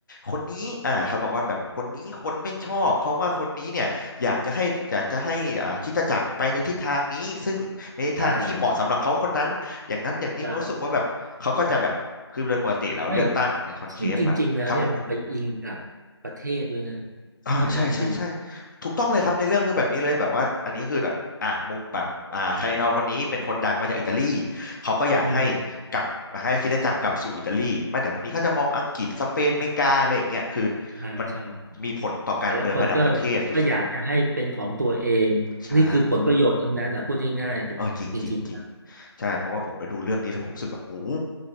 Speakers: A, on the left; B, on the right.
A: คนนี้อ่าเขาบอกว่าแบบคนนี้คนไม่ชอบเพราะว่าคนนี้เนี่ย อยากจะให้อยากจะให้อ่าคริสตจักรไปในทิศทางนี้ซึ่งเป็นทิศทางที่เหมาะสำหรับเขาคนนั้นอย่างนั้นอย่างนี้รู้สึกว่าแบบเขาก็จะแบบคือโดยปกติแล้วเลือกตั้งในคอนเคฟอะครับผม
B: ใช่ใช่ใช่ไม่ซึ่งจริงๆแล้วเนี่ยมันไปอิงกับประเทศด้วยนะ
A: อ่าใช่ใช่ใช่
B: ถ้ามองดี
A: ถูกต้องเลยครับในเรื่องคือแบบนี้เลยแบบว่าอันนี้คือแบบอ่ามุมแบบอ่าคาร์ดินัลคนนี้เป็นคนดังมาจากอิตาลีเขาก็อยากให้
B: อืม
A: กลับให้คริสตจักรกลับสู่อิตาลีไม่แต่วันนี้เขาจะมองอังกฤษสเปนอเมริกาอะไรอย่างเงี้ยคือ
B: ใช่ใช่
A: มันมีผลต่อการเมืองระดับประเทศสุด
B: แต่ละคนก็ก็อยากจะให้เป็นของตัวเอง
A: ๆใช่
B: นี่คือผลประโยชน์ทั้งนั้นแหละพูดง่ายๆจริงๆครับ
A: เออจริงจริงจริงใช่เพราะว่าผมได้ดูเรื่องนี้แล้วผมรู้สึกแบบโอ้โห